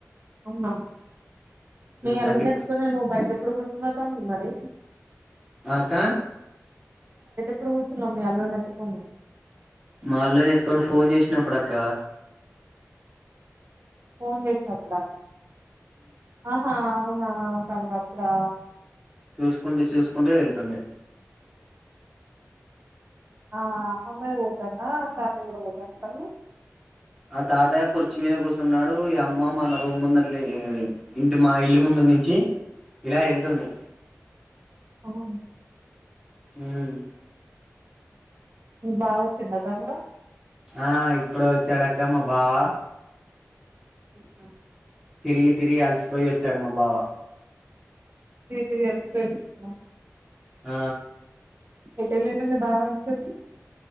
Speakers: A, on the right; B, in the centre.
A: అవునా మీ
B: నాకు
A: అందరితో నేను బయట ఇప్పుడు కూస నతా ఉండు మరి
B: ఆ ఆక్క
A: ఇప్పుడు ఊసున్నామ అలోన ఎత్పోం
B: మాళ న ఎచ్చుకొని ఫోన్ చేసినప్పుడు అక్క
A: ఫోన్ చేసా అప్పుడ ఆహా అవునా మ అప్పుడా
B: చూసుకుంటే చూసుకుంటే వెళ్తుంది
A: అ మమ్మ పోతన్నా చట కూడాడ పోతన్నా
B: ఆ తాత కుర్చి మీద కూర్చున్నాడు ఈ అమ్మ మన రూమ్ ముంద ఇంటి మా ఇల్లు ముందు నుంచి ఇలా వెళ్తుంది
A: అవును
B: ఉమ్
A: ఓ బాగా వచ్చింది తమ్ముడు
B: ఆ ఇప్పుడు వచ్చాడక్కమ్మా బావా
A: ఓహ
B: తిరిగి తిరిగి అలసిపోయి వచ్చాడు మా బావ
A: తిరిగి తిరిగి అలసిపోయి వచ్చిండా
B: ఆ
A: ఎటు వెళ్లాడు మీ బావ ఇంతసేపు